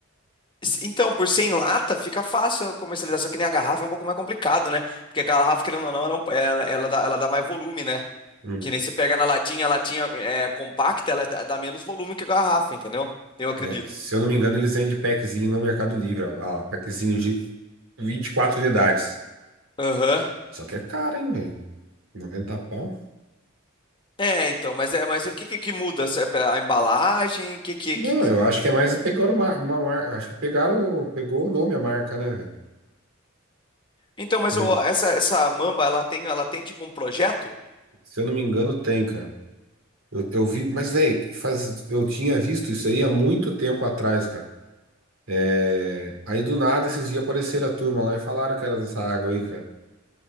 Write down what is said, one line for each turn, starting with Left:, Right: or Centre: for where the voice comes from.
Left: Então, por 100 lata fica fácil a comercialização que nem a garrafa é um pouco mais complicado, né? Porque a garrafa, querendo ou não, ela, é um- ela, ela dá, ela dá mais volume, né?
Right: Hum.
Left: Que nem você pega na latinha, a latinha é compacta, ela dá, dá menos volume que a garrafa, entendeu? Eu acredito.
Right: É, se eu não me engano, eles vendem packzinho no Mercado Livre. Ó, ó, packzinho de 24 unidades.
Left: Aham.
Right: Só que é caro, hein, velho? 90 pau.
Left: É, então, mas é, mas o que que, que muda? Se é pra- A embalagem? O que que,
Right: Não,
Left: que
Right: eu acho que é mais pegaram uma, uma marca. Acho que pegaram, pegou o nome a marca, né, velho?
Left: Então, mas
Right: <clears throat>
Left: ô, essa, essa Mamba, ela tem, ela tem tipo um projeto?
Right: Se eu não me engano, tem, cara. Eu, eu vi, mas, velho, faz- eu tinha visto isso aí há muito tempo atrás, cara. É, aí do nada, esses dias apareceram a turma lá e falaram que era dessa água aí, cara.